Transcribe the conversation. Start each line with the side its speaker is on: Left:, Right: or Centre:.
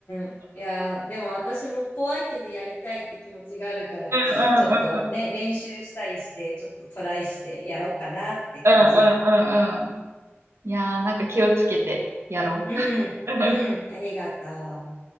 Left: ん。いや、でも私も怖いけどやりたいって気持ちがあるから、
Right: うんうんうんうん。
Left: ちょっとね、練習したりして、ちょっとトライしてやろうかなって感じ。
Right: うんうんうんうん。いやー、なんか気をつけてやろう。
Left: うん、
Right: <laughs>
Left: うん、ありがとう。